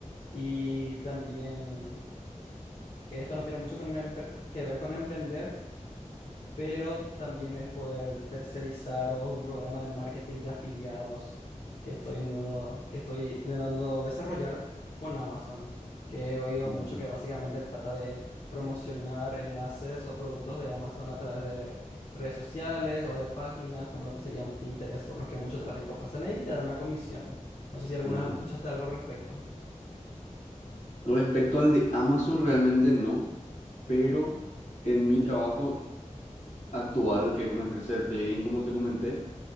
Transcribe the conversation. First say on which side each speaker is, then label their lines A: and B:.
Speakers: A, on the left (about 50°); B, on the left (about 65°).
A: Y también que esto no tiene mucho con empre- que ver con emprender, pero también es poder tercerizar o es un programa de marketing de afiliados que estoy intentando, que estoy intentando desarrollar con Amazon, que he oído
B: ujú,
A: mucho que básicamente trata de promocionar enlaces o productos de Amazon a través de redes sociales o de páginas, como lo que serían Pinterest, por los que mucho tráfico pasan ahí y te dan una comisión. No sé si alguna
B: ujú.
A: vez vos escuchaste algo al respecto.
B: Respecto al de Amazon, realmente no, pero en mi trabajo actual, que es una empresa de trading, como te comenté,